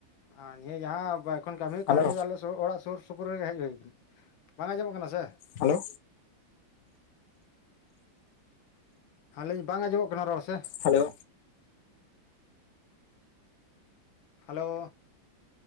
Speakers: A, on the left (about 85°); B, on the left (about 65°).
A: ᱟᱨ ᱱᱤᱭᱟᱹ ᱡᱟᱦᱟᱸ ᱮᱠᱷᱚᱱ ᱠᱟᱹᱢᱤ ᱦᱩᱭᱩᱜ
B: ᱦᱮᱞᱳ
A: ᱠᱟᱱᱟ ᱱᱤᱭᱟᱹ ᱫᱚ ᱟᱞᱮ ᱚᱲᱟᱜ ᱥᱩᱨ ᱥᱩᱯᱩᱨ ᱨᱮᱜᱮ ᱦᱮᱡ ᱦᱩᱭ ᱠᱟᱱᱟ ᱵᱟᱝ ᱟᱸᱡᱚᱢᱚᱜ ᱠᱟᱱᱟ ᱥᱮ
B: ᱦᱮᱞᱳ
A: ᱦᱮᱸ ᱟᱹᱞᱤᱧ ᱵᱟᱝ ᱟᱸᱡᱚᱢᱚᱜ ᱠᱟᱱᱟ ᱨᱚᱲ ᱥᱮ
B: ᱦᱮᱞᱳ
A: ᱦᱮᱞᱳ